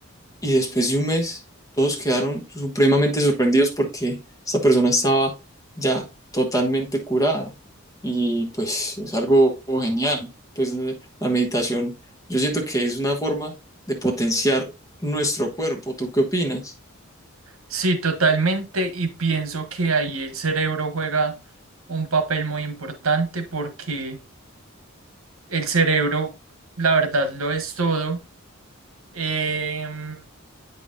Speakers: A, on the left (about 15°); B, on the right (about 85°).
A: Y después de un mes, todos quedaron supremamente sorprendidos porque esta persona estaba ya totalmente curada. Y pues es algo genial. Pues la meditación, yo siento que es una forma de potenciar nuestro cuerpo. ¿Tú qué opinas?
B: Sí, totalmente, y pienso que ahí el cerebro juega un papel muy importante porque el cerebro, la verdad, lo es todo. Em,